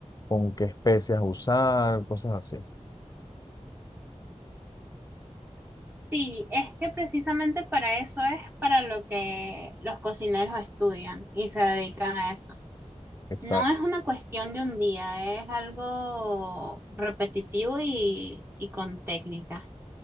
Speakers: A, on the left; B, on the right.
A: con qué especias usar, cosas así.
B: Sí, es que precisamente para eso es para lo que los cocineros estudian y se dedican a eso.
A: Exacto.
B: No es una cuestión de un día, es algo repetitivo y, y con técnica.